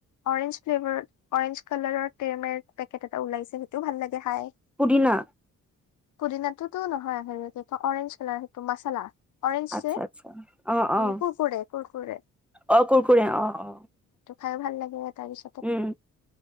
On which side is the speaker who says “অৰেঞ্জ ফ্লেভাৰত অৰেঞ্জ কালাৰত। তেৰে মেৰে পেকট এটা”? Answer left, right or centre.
Left